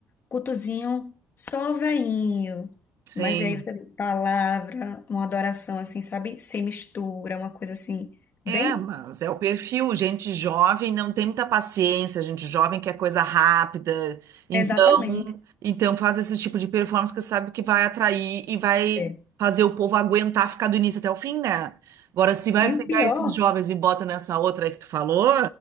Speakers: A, on the left; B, on the right.
A: cultozinho só veinho.
B: sim.
A: Mas e aí você vê palavra, uma adoração assim, sabe? Sem mistura, uma coisa assim,
B: É,
A: bem
B: mas é o perfil. Gente jovem não tem muita paciência, gente jovem quer coisa rápida. Então,
A: Exatamente.
B: então faz esse tipo de performance que sabe que vai atrair e vai
A: é.
B: fazer o povo aguentar ficar do início até o fim, né? Agora, se vai
A: E o
B: pegar
A: pior,
B: esses jovens e bota nessa outra aí que tu falou,